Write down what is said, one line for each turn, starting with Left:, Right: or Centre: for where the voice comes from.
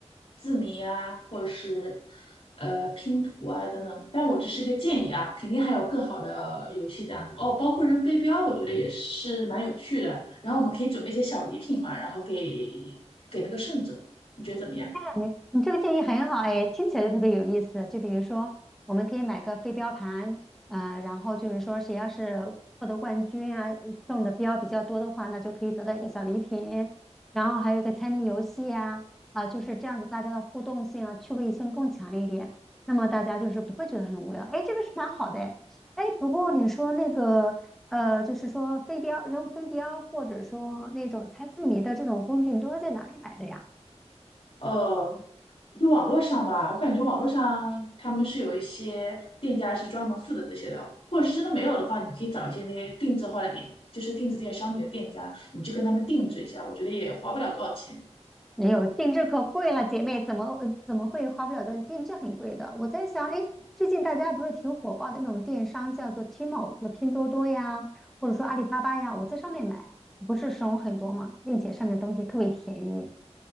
Left: 字谜啊，或者是呃拼图啊等等。但我只是一个建议啊，肯定还有更好的游戏这样子哦。包括扔飞镖，我觉得也是蛮有趣的。然后我们可以准备一些小礼品嘛，然后给给那个胜者，你觉得怎么样？
Centre: 你你这个建议很好哎，听起来就特别有意思。就比如说，我们可以买个飞镖盘，呃，然后就是说谁要是获得冠军啊，中的标比较多的话，那就可以得到一个小礼品。然后还有一个猜谜游戏呀，啊，就是这样子，大家的互动性啊，趣味性更强一点。那么大家就是不会觉得很无聊。哎，这个是蛮好的哎。哎，不过你说那个呃，就是说飞镖扔飞镖，或者说那种猜字谜的这种工具，你都是在哪里买的呀？
Left: 呃，就网络上吧，我感觉网络上他们是有一些店家是专门负责这些的，或者是真的没有的话，你可以找一些那些定制化的店，就是定制这些商品的店家，你去跟他们定制一下，我觉得也花不了多少钱。
Centre: 没有，定制可贵了，姐妹，怎么呃怎么会花不了的？定制很贵的。我在想，哎，最近大家不是挺火爆的那种电商，叫做 t m a l 拼多多呀，或者说阿里巴巴呀，我在上面买，不是省很多嘛，并且上面东西特别便宜。